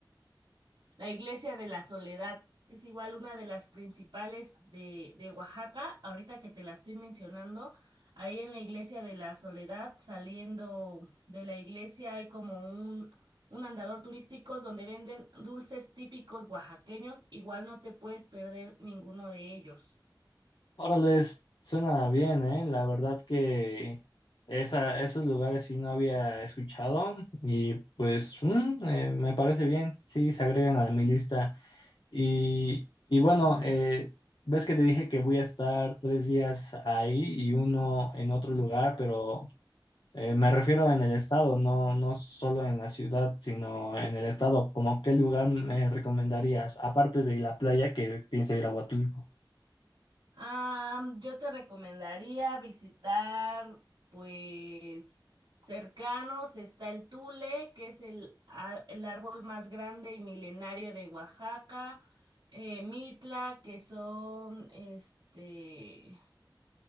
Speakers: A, on the right; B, on the left.
A: la iglesia de la Soledad es igual una de las principales de, de Oaxaca. Ahorita que te la estoy mencionando, ahí en la iglesia de la Soledad, saliendo de la iglesia, hay como un, un andador turístico donde venden dulces típicos oaxaqueños. Igual no te puedes perder ninguno de ellos.
B: Órale, suena bien, ¿eh? La verdad que esa, esos lugares sí no había escuchado y pues mm, eh, me parece bien, sí, se agregan a mi lista. Y, y bueno, eh, ves que te dije que voy a estar tres días ahí y uno en otro lugar, pero eh, me refiero en el estado, no, no solo en la ciudad, sino en el estado. ¿como qué lugar me recomendarías, aparte de la playa que pienso ir a Huatulco?
A: Am, yo te recomendaría visitar, pues, cercanos está el tule, que es el, a- el árbol más grande y milenario de Oaxaca, eh, Mitla, que son, este,